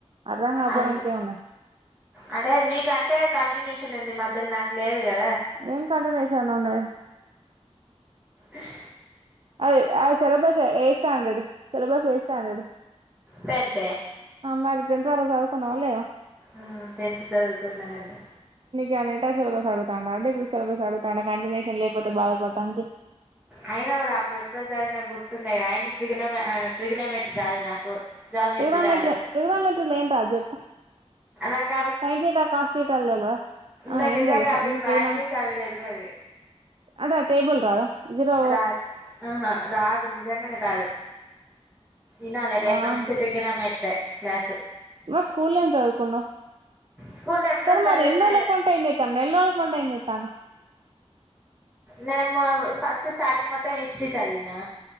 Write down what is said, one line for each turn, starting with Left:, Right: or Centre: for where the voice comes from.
Right: అర్థం కాకపోవడానికి
Centre: అంటే
Right: ఏం ఉన్నది
Centre: అంటే మీకంటే కంటిన్యూషన్ ఉంది మధ్యల నాకు లేదు కదా
Right: ఏం కంటూనేషన్ ఉన్నది
Centre: ఇష్
Right: అది ఆ సిలబస్ ఏ స్టాండర్డ్ సిలబస్ ఏ స్టాండర్డ్
Centre: పెంతే
Right: మరి టెన్త్ వరకు చదువుకున్నవ లేవ
Centre: ఆ టెన్త్ చదువుకున్న కని
Right: యానంటే సిలబస్ అడుగుతండా అంటే ఇపుడు సిలబస్ అడుగుతాండ కంటిన్యూషన్ లేకపోతే బాధపడడానికి
Centre: అయినా కూడా అప్పుడెప్పుడో చదివినవి గుర్తుంటాయా అయిన ట్రిగన ఆ ట్రిగనమెట్రీ రాదు నాకు జామెట్రీ
Right: ట్రిగనమెట్రీ
Centre: రాదు
Right: ట్రిగనమెట్రీల ఏం రాదు జేప్పు
Centre: నాకు
Right: సైన్ టీటా కాస్ టీటాలు తెల్వదా ఆ
Centre: నేన్
Right: ఏం
Centre: నిజంగా
Right: తెలుసా
Centre: అవిటి
Right: నీకు
Centre: వాల్యూస్
Right: ట్రిగ్నోమెట్రీ
Centre: అవి తెల్వది
Right: అంటే ఆ టేబుల్ రాదా జీరో
Centre: రాదు ఆహా రాదు నిజంగానే రాదు ఇనాలే రేపటి
Right: వామ్
Centre: నుంచి టిగనమెట్రే క్లాసు
Right: మరి స్కూల ఏం చదువుకున్నవ్
Centre: స్కూల్లో ఎప్పుడో
Right: సరే
Centre: చదివిన
Right: మరి ఇన్ని రోజుల పొంటి ఏం జేతనవ్ నెల రోజుల పొంటి ఏం చేతనవ్
Centre: నేను మొ ఫస్ట్ స్టార్టింగ్ మొత్తం హిస్టరీ చదివినా